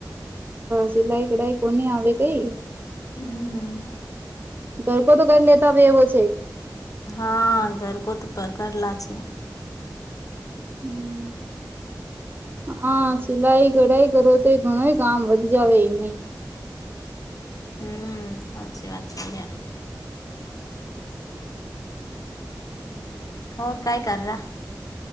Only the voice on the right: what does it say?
સિલાઈ કડાઈ કોની આવે કઈ?
ઘર કો તો કરી લેતા ભ એવો છે.?
હમ હા સિલાઈ કઢાઈ કરો તો, એ ઘણો કામ વધ જાવે એમ ભી.